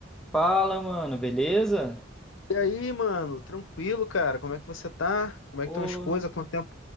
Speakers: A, in the centre; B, on the left.
A: Fala, mano, beleza?
B: E aí, mano, tranquilo, cara? Como é que você tá? Como é
A: Ô,
B: que estão as coisas? Quanto tempo,